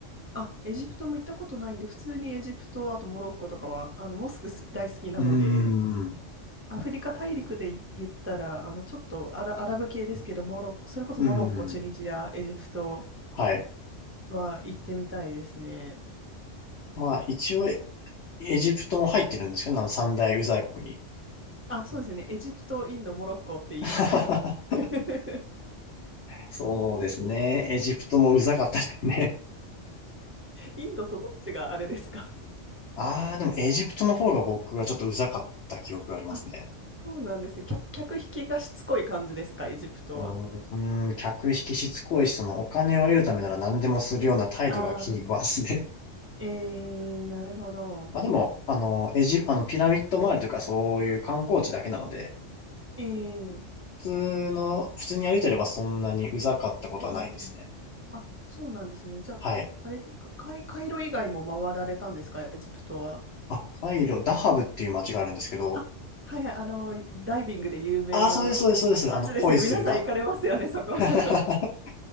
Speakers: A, on the right; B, on the left.
A: あ、エジプトも行ったことないんで、普通にエジプト、あとモロッコとかは、あの、モスク大好きなので、
B: うーん。う
A: アフリカ大陸で言ったら、あの、ちょっとアラ、アラブ系ですけど、モロッコ、それこそモロッコ、
B: ーん。
A: チュニジア、エジプト
B: はい。
A: は行ってみたいですね。
B: まあ、一応、エジプトも入ってるんですけど、あの三大ウザい国に。
A: あ、そうですね。エジプト、インド、モロッコって言いますよね。
B: <laughs>
A: <laughs>
B: そうですね。エジプトもウザかったですね。
A: インドとどっちがあれですか
B: ああ、でもエジプトの方が僕はちょっとウザかった記憶がありますね。
A: あ、そうなんですね。客、客引きがしつこい感じですか、エジプトは。
B: うーん、うーん客引きしつこいし、そのお金を得るためなら何でもするような態度が気に食わんですね。
A: ああ、えー、なるほど。
B: <laughs> まあでも、あの、エジ、あの、ピラミッド周りとかそういう観光地だけなので、
A: えー、
B: 普通の、普通に歩いてればそんなにうざかったことはないですね。
A: えー、あ、そうなんですね。じゃあ、
B: はい。
A: あれですか、カイ、カイロ以外も回られたんですか、エジプトは。
B: あ、カイロ、ダハブっていう街があるんですけど、
A: あはいはい、あの、ダイビングで有名な街ですね。
B: ああ、そうです、そうです、そうです。あの、恋するだ。
A: 皆さん行かれますよね、そこ。
B: <laughs>
A: <laughs>